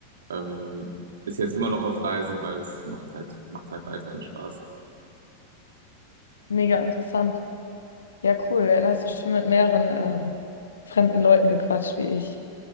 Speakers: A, on the right; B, on the left.
A: Ähm, ist jetzt immer noch auf Reisen, weil es macht halt, macht halt weiterhin Spaß.
B: Mega interessant. Ja, cool. Ja, da hast du schon mit mehreren äh, fremden Leuten gequatscht wie ich.